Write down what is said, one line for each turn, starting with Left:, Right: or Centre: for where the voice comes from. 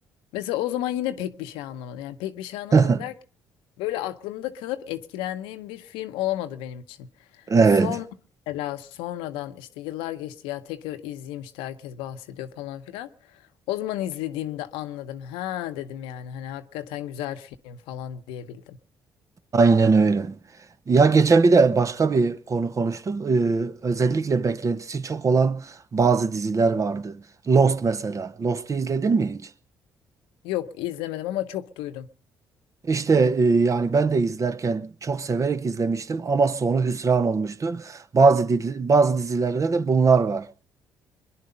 Left: Mesela o zaman yine pek bir şey anlamadım. Yani pek bir şey anlamadım
Right: <laughs>
Left: derken böyle aklımda kalıp etkilendiğim bir film olamadı benim için.
Right: Evet.
Left: Sonra mesela sonradan işte yıllar geçti ya tekrar izleyeyim işte herkes bahsediyor falan filan. O zaman izlediğimde anladım. Ha dedim yani hani hakikaten güzel film falan diyebildim.
Right: Aynen öyle. Ya geçen bir de başka bir konu konuştuk. Ee, özellikle beklentisi çok olan bazı diziler vardı. Lost mesela. Lost'u izledin mi hiç?
Left: Yok izlemedim ama çok duydum.
Right: İşte e, yani ben de izlerken çok severek izlemiştim ama sonu hüsran olmuştu. Bazı di- bazı dizilerde de bunlar var.